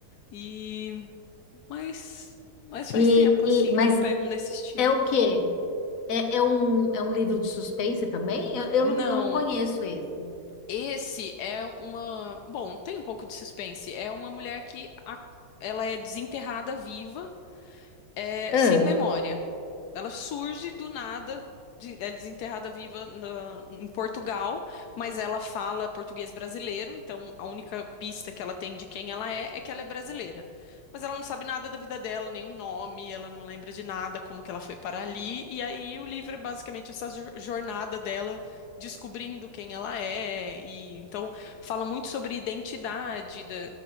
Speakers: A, on the left; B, on the left.
A: E mas mas faz
B: E,
A: tempo
B: e,
A: assim
B: mas
A: que eu não pego um desse estilo.
B: É o quê? É, é um, é um livro de suspense também? Eu, eu
A: Não,
B: não, eu não conheço esse.
A: esse é uma. Bom, tem um pouco de suspense. É uma mulher que a- ela é desenterrada viva é,
B: Ah,
A: sem memória. Ela surge do nada, de- ela é desenterrada viva na- em Portugal, mas ela fala português brasileiro, então a única pista que ela tem de quem ela é é que ela é brasileira. Mas ela não sabe nada da vida dela, nem o nome, ela não lembra de nada, como que ela foi para ali, e aí o livro é basicamente essa jo- jornada dela descobrindo quem ela é, e então fala muito sobre identidade da-